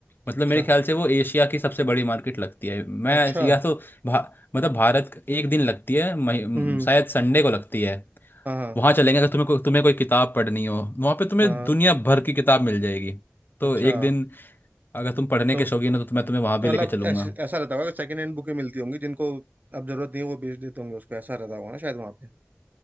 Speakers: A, on the right; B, on the left.
A: अच्छा
B: मतलब मेरे ख्याल से वो एशिया की सबसे बड़ी मार्केट लगती है मैं
A: अच्छा
B: या तो भा, मतलब भारत एक दिन लगती है मही-
A: हम्म
B: शायद संडे को लगती है
A: हाँ हाँ
B: वहाँ चलेंगे अगर तुम्हें को, तुम्हें कोई किताब पढ़नी हो वहाँ पे तुम्हें
A: हाँ
B: दुनिया भर की किताब मिल जाएगी तो
A: अच्छा
B: एक दिन अगर तुम पढ़ने
A: तो
B: के शौकीन हो तो मैं तुम्हें वहाँ
A: तो
B: भी
A: मतलब
B: लेके चलूंगा
A: ऐस, ऐसा रहता होगा कि सेकंड हैंड बुकें मिलती होंगी जिनको अब जरूरत नहीं है वो बेच देते होंगे उसको ऐसा रहता होगा ना शायद वहाँ पे